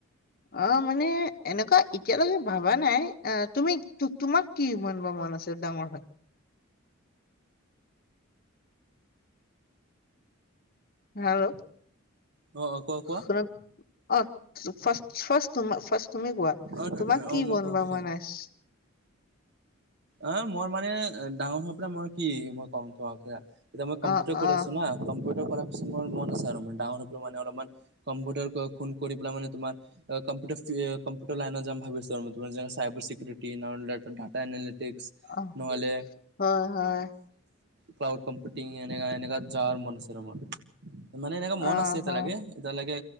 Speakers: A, on the left (about 45°); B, on the right (about 55°).
A: অ মানে এনেকুৱা এতিয়ালৈকে ভবা নাই আহ তুমি তোমাক কি ইমান বনিব মন আছে ডাঙৰ হয় ভালো
B: অ অ কোৱা
A: <unintelligible>
B: কোৱা
A: অ ফ ফাৰ ফাৰ্ষ্ট তুমি কোৱা
B: অ
A: তোমাক
B: অ
A: কি
B: মই
A: বনিব
B: কম প্ৰথম
A: মন আছে
B: অ মই মানে ডাঙৰ হোৱাৰ পৰাই মই কি মই কম তোমাক এতিয়া মই কম্পিউটাৰ
A: অ অ
B: কৰি আছোঁ ন কম্পিউটাৰ কৰাৰ পিছত মোৰ মন আছে আৰু মোৰ ডাঙৰ হৈ মানে অলপমান কম্পিউটাৰ কোন কৰি পেলাই মানে তোমাৰ কম্পি কম্পিউটাৰ লাইনত যাম ভাবিছোঁ আৰু চাইবাৰ চিকিউৰিটি ন ডাটা এন্দ <inaudible>
A: অ
B: নহলে
A: হয় হয়
B: ক্লাউ কম্পউটিং এনেকা এনেকা যোৱাৰ মন আছে ৰ মানে এনেকা মন
A: অ
B: আছে এতিয়া
A: হয়
B: লৈকে এতিয়া লৈকে